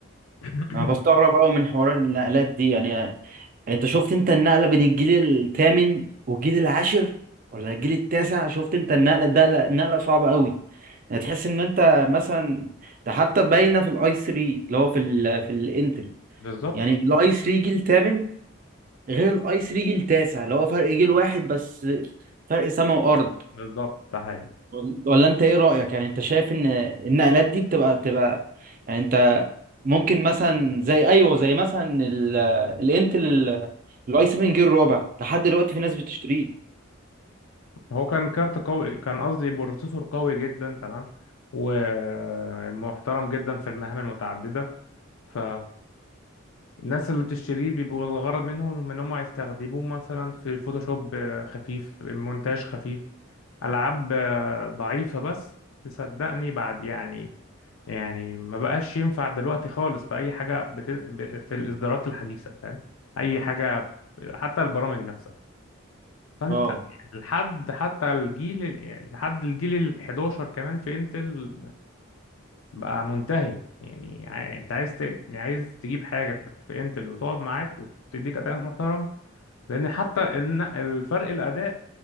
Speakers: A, on the left; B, on the right.
A: <coughs>
B: انا بستغرب قوي من حوار النقلات دي يعني انت شفت انت النقله بين الجيل الثامن والجيل العاشر ولا الجيل التاسع شفت انت النقله ده لا النقله صعبه قوي يعني تحس ان انت مثلا ده حتى باينه في الاي 3 اللي هو في ال في الانتري
A: بالظبط
B: يعني الاي 3 جيل ثامن غير الاي 3 جيل تاسع اللي هو فرق جيل واحد بس فرق سما وارض
A: بالظبط ده حقيقي
B: ولا ولا انت ايه رأيك يعني انت شايف ان النقلات دي بتبقى بتبقى يعني انت ممكن مثلا زي ايوه زي مثلا ال- الانتل ال- الاي 7 جيل رابع لحد دلوقتي في ناس بتشتريه
A: هو كان كارت قوي كان قصدي بروسيسور قوي جدا تمام ومحترم جدا في المهام المتعددة ف الناس اللي بتشتريه بيبقوا الغرض منهم ان هم يستخدموه مثلا في فوتوشوب خفيف مونتاج خفيف العاب ضعيفة بس تصدقني بعد يعني يعني ما بقاش ينفع دلوقتي خالص في اي حاجة بت... في الاصدارات الحديثة فاهم اي حاجة حتى البرامج نفسها فانت
B: اه
A: لحد حتى الجيل ال- لحد الجيل ال 11 كمان في انتل بقى منتهي يعني ع- انت عايز ت... يعني عايز تجيب حاجه في في انتل وتقعد معاك وتديك اداء محترم لان حتى الن- الفرق الاداء